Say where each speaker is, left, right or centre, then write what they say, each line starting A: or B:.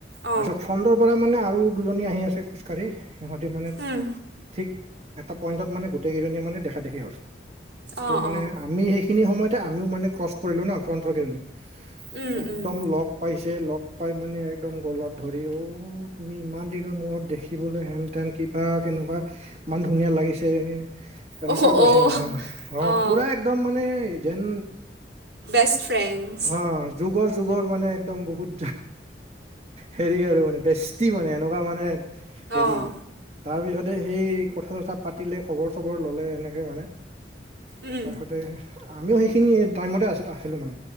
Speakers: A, on the right; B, on the right.
A: অঁ,
B: তাৰ পিছত ফ্ৰণ্টৰ পৰা মানে আৰু দুজনী আহি আছে খোজকাঢ়ি কাৰী সিহঁতি মানে
A: উম,
B: ঠিক এটা পইণ্টত মানে গোটেই কেইজনীয়ে মানে দেখা দেখি হল ত'
A: অঁ,
B: মানে
A: অঁ।
B: আমি সেই, সেইখিনি সময়তে আমিও মানে ক্ৰছ কৰিলোঁ ন ফ্ৰণ্টৰকেইজনী
A: উম,
B: একদম
A: উম,
B: লক পাইছে লগ পাই মানে, একদম গ'লত ধৰি অঔ তুমি ইমান দিনৰ মূৰত দেখিবলৈ হেন যেন কিবা কেনেকুৱা ইমান ধুনীয়া লাগিছে। তেনেকুৱা
A: অ'
B: কৈছে
A: অ',
B: মানে, অ',
A: অঁ,
B: পুৰা একদম মানে যেন
A: বেষ্ট ফ্ৰেঞ্চ।
B: অ', যুগৰ যুগৰ মানে একদম বহুত হেৰি আৰু মানে, বেষ্টি মানে এনেকুৱা মানে হেৰি
A: অঁ,
B: তাৰপিছতে সেই কথা-চথা পাতিলে, খবৰ চবৰ ল'লে এনেকে মানে
A: উম,
B: তাৰপিছতে আমিও সেইখিনি টাইমতে আ-আছিলো মানে,